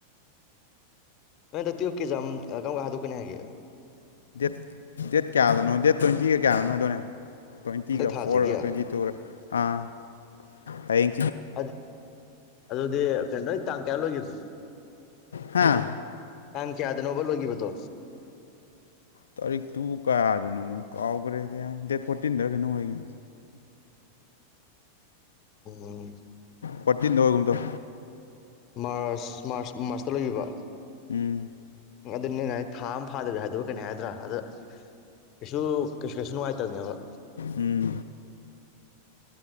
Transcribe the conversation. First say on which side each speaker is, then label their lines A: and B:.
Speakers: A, on the left (about 35°); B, on the left (about 65°).
A: ꯚꯥꯏ ꯑꯗꯣ ꯇꯨꯋꯤꯜꯄꯀꯤꯖꯝ ꯀꯝ ꯀꯥꯟ ꯍꯥꯗꯣꯛ ꯀꯅꯦ ꯍꯥꯏꯒꯦ
B: ꯗꯦꯠ ꯗꯦꯠ ꯀꯌꯥꯗꯅꯣ ꯗꯦꯠ ꯇ꯭ꯋꯦꯟꯇꯤꯒ ꯀꯌꯥꯗꯅꯣ ꯍꯥꯏꯗꯣꯏꯅꯦ ꯍꯥꯏꯕꯅꯦ ꯇ꯭ꯋꯦꯟꯇꯤꯒ
A: ꯍꯟꯗꯛ
B: ꯐꯣꯔ
A: ꯊꯥꯁꯤꯒꯤ
B: ꯇ꯭ꯋꯦꯟꯇꯤ ꯇꯨꯔ ꯑ ꯑꯩ
A: ꯑ ꯑꯗꯨꯗꯤ ꯅꯪ ꯇꯥꯡ ꯀꯌꯥ ꯂꯣꯏꯒꯤꯗꯣ
B: ꯍꯥꯥ
A: ꯇꯥꯡ ꯀꯌꯥꯗꯅꯣꯕ ꯂꯣꯏꯒꯤꯕꯗꯣ
B: ꯇꯥꯔꯤꯛꯇꯨ ꯀꯌꯥꯗꯅꯣ ꯀꯥꯎꯒꯔꯦ ꯗ ꯏꯌꯥꯝ ꯗꯦꯠ ꯐꯣꯔꯇꯤꯟꯗꯔ ꯀꯩꯅꯣ ꯑꯣꯏꯒꯤꯝ
A: ꯑ
B: ꯐꯣꯔꯇꯤꯟꯗ ꯑꯣꯏꯒꯨꯝ ꯇꯧ
A: ꯃꯥꯔꯁ ꯃꯥꯔꯁ ꯃꯥꯔꯁꯇ ꯂꯣꯏꯒꯤꯕ
B: ꯎꯝ
A: ꯑꯗꯨꯅꯦ ꯅ ꯊꯥ ꯑꯃ ꯐꯥꯗꯕꯤ ꯍꯥꯏꯗꯣꯔꯛ ꯀꯅꯤ ꯍꯥꯏꯗ꯭ꯔꯥ ꯑꯗ ꯀꯩꯁꯨ ꯀꯩꯁꯨꯁꯨ ꯅꯨꯡꯉꯥꯏꯇꯕꯅꯦꯕ <inaudible>
B: ꯎꯝ